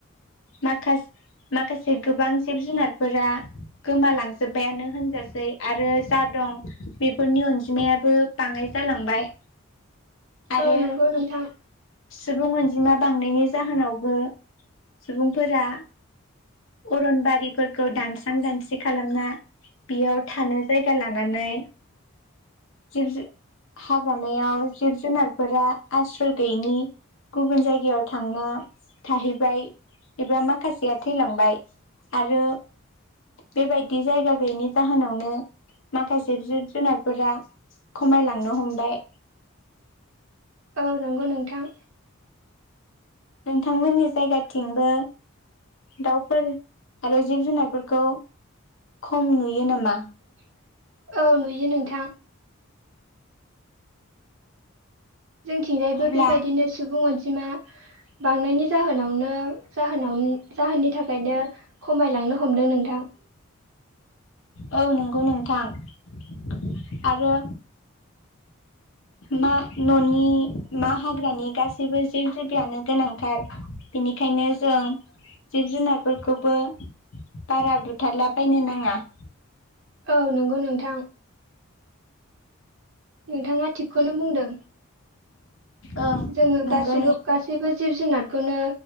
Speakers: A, on the left (about 65°); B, on the right (about 65°).
A: माखासे माखासे गोबां जिब जुनारफोरा गोमालांजोब्बायानो होनजासै आरो जा दं बेफोरनि अनजिमायाबो बाङाय जालांबाय आरो
B: औ नंगौ नोंथां।
A: सुबुं अनजिमा बांनायनि जाहोनावबो सुबुंफोरा अरनबारिफोरखौ दानस्रां दानस्रि खालामना बेयाव थानो जायगा लानानै जिब हाग्रामायाव जिब जुनारफोरा आश्रय गैयैनि गुबुन जायगायाव थांना थाहैबाय एबा माखासेया थैलांबाय आरो बेबायदि जायगा गैयैनि जाहोनावनो माखासे जिब जुनारफोरा खमायलांनो हमबाय।
B: औ नंगौ नोंथां
A: नोंथांमोननि जायगाथिंबो दाउफोर आरो जिब जुनारफोरखौ खम नुयो नामा?
B: <inaudible> औ नुयो नोंथां। जोंथिंजायबो
A: अब्ला
B: बेबायदिनो सुबुं अनजिमा अनजिमा बांनायनि जाहोनावनो जाहोननि थाखायनो खमायलांनो हमदों नोंथां
A: औ नंगौ नोंथां आरो मा न'नि मा हाग्रानि गासैबो जिब जिबिआनो गोनांथार बेनिखायनो जों जिब जुनारफोरखौबो बारा बुथारलाबायनो नाङा <inaudible>
B: औ नंगौ नोंथां नोंथाङा थिखखौनो खौनो बुंदों
A: ओं
B: जोङो गासै
A: नंगौ नों
B: गासैबो जिब जुनारखौनो